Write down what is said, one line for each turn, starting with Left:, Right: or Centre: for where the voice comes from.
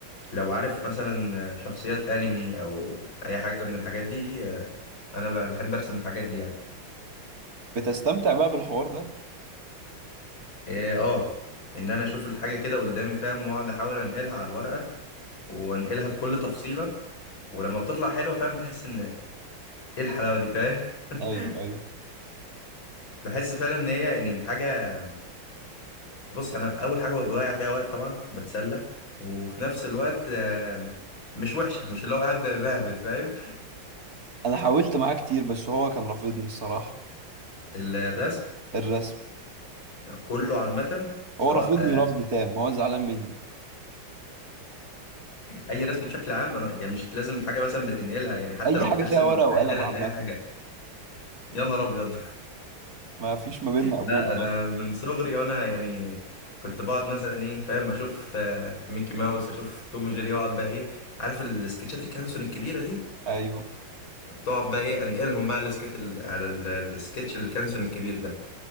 Left: لو عارف مثلا شخصيات انمي او اي حاجه من الحاجات دي آه، انا ب- بحب ارسم الحاجات دي يعني
Right: بتستمتع بقى بالحوار ده
Left: إيه، اه ان انا اشوف الحاجه كده قدامي فاهم واقعد احاول انقلها على الورقه وانقلها بكل تفصيله ولما بتطلع حلوه فاهم بحس ان ايه الحلاوه دي فاهم <laughs>
Right: ايوه ايوه
Left: بحس فعلا ان هي يعني حاجه بص انا اول حاجه بضيع فيها وقت طبعا بتسلى وفي نفس الوقت آه، مش وحشه مش اللي هو قاعد بهبت فاهم
Right: انا حاولت معاه كتير بس هو كان رافضني الصراحه
Left: الرسم
Right: الرسم
Left: كله عامه سواء
Right: هو رافضني
Left: آه،
Right: رفض تام هو زعلان مني
Left: اي رسم بشكل عام انا يعني مش لازم حاجه مثلا بتنقلها يعني حتى
Right: اي
Left: لو
Right: حاجه
Left: بترسم
Right: فيها ورقه
Left: بخيالك
Right: وقلم عامه
Left: اي حاجه يا نهار ابيض
Right: ما فيش ما بيننا
Left: <laughs>
Right: قبول
Left: لا انا
Right: خالص
Left: من صغري وانا يعني كنت بقعد مثلا ايه فاهم اشوف آه، ميكي ماوس اشوف توم وجيري واقعد بقى ايه عارف السكتشات الكانسون الكبيره دي
Right: ايوه
Left: كنت اقعد بقى ايه انقلهم بقى على السكت ال- على ال- السكتش الكانسون الكبير ده